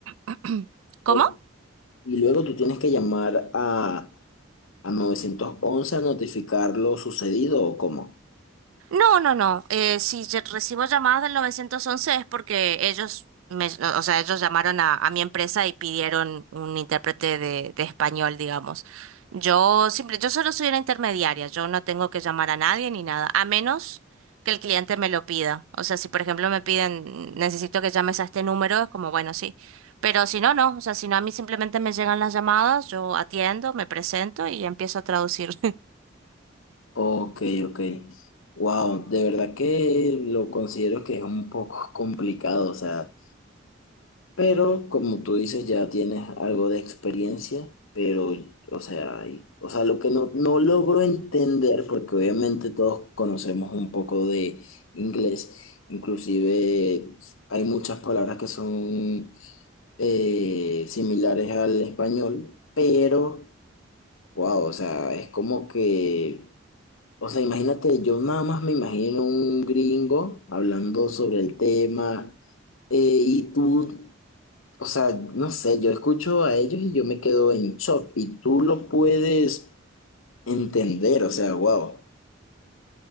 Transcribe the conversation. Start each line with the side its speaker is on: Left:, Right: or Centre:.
Right: <clears throat> ¿cómo?
Left: o- y luego tú tienes que llamar a, a nueve once a notificar lo sucedido, ¿o cómo?
Right: No, no, no. Eh, si yo recibo llamadas del 911 es porque ellos, me, o sea, ellos llamaron a, a mi empresa y pidieron un intérprete de, de español, digamos. Yo simple, yo solo soy una intermediaria. Yo no tengo que llamar a nadie ni nada, a menos que el cliente me lo pida. O sea, si por ejemplo me piden, necesito que llames a este número, es como, bueno, sí. Pero si no, no. O sea, si no, a mí simplemente me llegan las llamadas, yo atiendo, me presento y empiezo a traducir.
Left: Ok, ok. Wow, de verdad que lo considero que es un poco complicado, o sea, pero como tú dices, ya tienes algo de experiencia, pero, o sea, y- o sea, lo que no, no logro entender, porque obviamente todos conocemos un poco de inglés, inclusive hay muchas palabras que son eh, similares al español, pero, wow, o sea, es como que... O sea, imagínate, yo nada más me imagino un gringo hablando sobre el tema eh, y tú, o sea, no sé, yo escucho a ellos y yo me quedo en shock y tú lo puedes entender, o sea, wow.